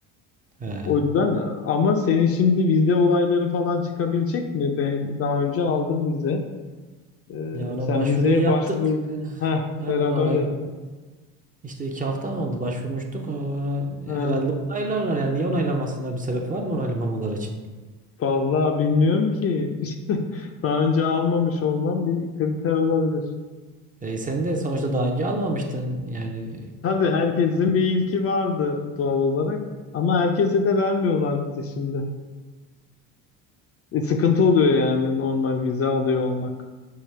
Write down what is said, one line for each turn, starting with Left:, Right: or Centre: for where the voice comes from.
Right: He.
Left: O yüzden ama senin şimdi vize olayları falan çıkabilecek mi? Ben daha önce aldım vize. Ee,
Right: Ya ona
Left: sen
Right: başvuruyu
Left: vizeye
Right: yaptık.
Left: başvur.
Right: Ee,
Left: Ha
Right: Aynen
Left: beraber
Right: ona
Left: yaptık.
Right: işte iki hafta mı oldu başvurmuştuk. Ee,
Left: Ha.
Right: herhalde onaylarlar. Yani niye onaylamasınlar? Bir sebep var mı onaylamamaları için?
Left: Vallahi bilmiyorum ki. <laughs> Daha önce almamış olmam bir kriter olabilir.
Right: E, sen de sonuçta daha önce almamıştın. Yani
Left: Tabii herkesin bir ilki vardı doğal olarak. Ama herkese de vermiyorlar vize şimdi. E, sıkıntı oluyor yani normal vize alıyor olmak